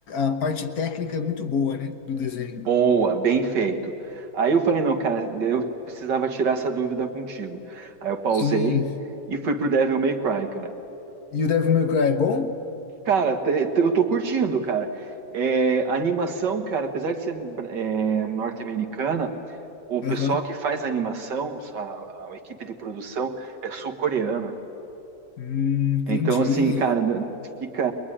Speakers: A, on the left (about 60°); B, on the right (about 85°).
A: a parte técnica é muito boa, né? Do desenho.
B: Boa, bem feito. Aí eu falei, não, cara, eu precisava tirar essa dúvida contigo. Aí eu pausei
A: Sim.
B: e fui pro Devil May Cry, cara.
A: E o Devil May Cry é bom?
B: Cara, te- te- eu tô curtindo, cara. É, a animação, cara, apesar de ser é, norte-americana, o pessoal
A: Aham.
B: que faz a animação, a, a equipe de produção, é sul-coreana.
A: Hum, entendi.
B: Então, assim, cara, fica.